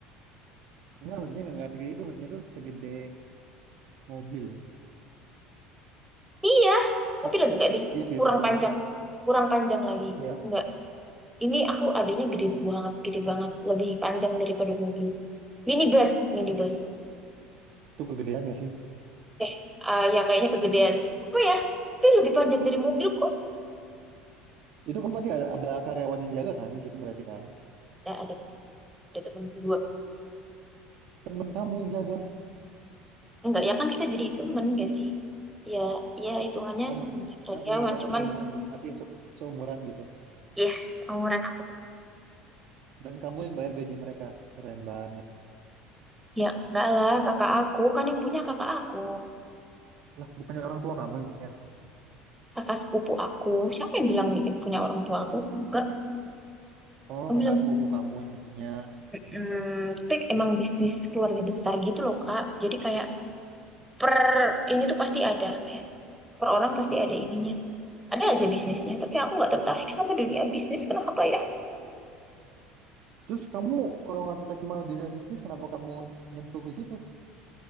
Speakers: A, on the right; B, in the centre.
A: Enggak, maksudnya nggak nggak segede itu, maksudnya itu segede mobil.
B: Iya, tapi
A: Iya,
B: le- enggak deh,
A: iya segituan.
B: kurang panjang, kurang panjang lagi.
A: Iya,
B: Enggak, ini aku adanya gede banget, gede banget, lebih panjang daripada mobil. Minibus, minibus.
A: itu kegedean ya sih?
B: Eh, ah, ya kayaknya kegedean. Apa ya? Tapi lebih panjang dari mobil kok.
A: Itu kan berarti ada, ada karyawan yang jaga kan di situ berarti kan?
B: Ada, ada, ada temen berdua.
A: Temen kamu yang jaga.
B: Enggak, ya kan kita jadi temen gak sih? Ya, ya hitungannya
A: Oh, berarti
B: ya karyawan,
A: masih masih
B: cuman
A: umuran ju- masih se- seumuran gitu.
B: ya seumuran
A: Dan kamu yang bayar gaji mereka. Keren banget.
B: Ya enggak lah, kakak aku kan yang punya kakak aku,
A: Lah, bukannya orang tua kamu yang punya.
B: kakak sepupu aku. Siapa yang bilang ini punya orang tua aku? Enggak,
A: Oh,
B: aku
A: kakak
B: bilang
A: sepupu kamu yang punya.
B: hmm, tapi emang bisnis keluarga besar gitu loh kak. Jadi kayak per ini tuh pasti ada, ya, per orang pasti ada ininya. Ada aja bisnisnya, tapi aku nggak tertarik sama dunia bisnis. Kenapa ya?
A: Terus kamu kalau nggak tertarik mau dunia bisnis, kenapa kamu nyemplung di situ?